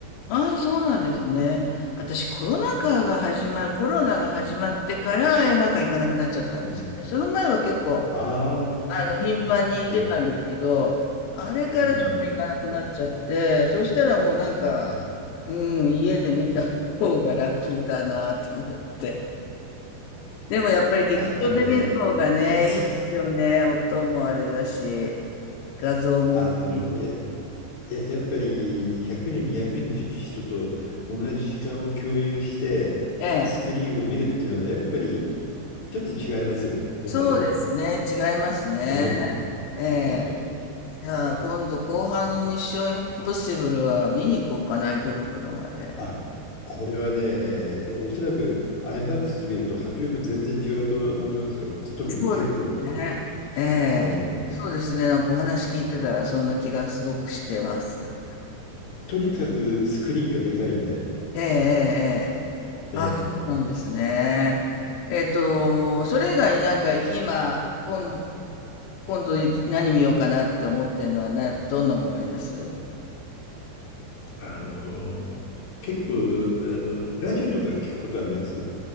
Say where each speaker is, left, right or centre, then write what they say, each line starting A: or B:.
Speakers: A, on the left; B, on the left.
A: ああ、そうなんですね。私コロナ禍が始まコロナが始まってから映画館行かなくなっちゃったんですよね。
B: うん、
A: その前は結構
B: ああはいはい。
A: あの、頻繁に行ってたんですけど、あれからちょっと行かなくなっちゃって、
B: うんうんうん
A: そしたらもうなんか、
B: うん。うん
A: うん、家で見た方が楽だなと思って。でもやっぱり劇場で見る方がね、
B: あでもねそう
A: いいですよね。
B: <laughs>
A: 音もあれだし、画像も大きい。
B: あのやや、やっぱり100人、200人の人と同じ時間を共有して、
A: ええ。
B: スクリーンを見るっていうのは、やっぱりちょっと違いますよ、本当に。
A: そうですね。違いますね。
B: うん、
A: ええ。
B: うん。
A: じゃあ今度後半のミッションインポッシブルは見に行こうかな、池袋まで。
B: あ、これはね、おそらく IMAX 見ると迫力全然違うと思いますよ、特に池袋だと。
A: そうですね。ええ。
B: うん。
A: そうですね。なんかお話聞いてたらそんな気がすごくしてます。
B: とにかくスクリーンがでかいんで、
A: ええ、ええ、ええ。あ、
B: ね、
A: そうなんですね。えっと、それ以外になんか今、今、今度何見ようかなって思ってるのはな、どんなものがあります
B: あの結構あの、ラジオとか聞くことあります